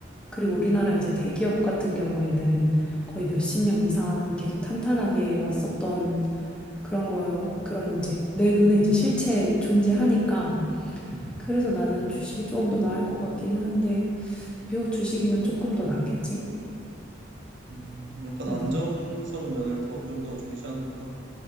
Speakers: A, in the centre; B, on the right.
A: 그리고 우리나라 이제 대기업 같은 경우에는 거의 몇십 년 이상 계속 탄탄하게 왔었던 그런 거요. 그런 이제 내 눈에 이제 실체 존재하니까. 그래서 나는 주식이 조금 더 나을 것 같기는 한데, 미국 주식이면 조금 더 낫겠지?
B: 음, 약간 안정성
A: 응,
B: 면을 더, 좀 더 중시하는구나.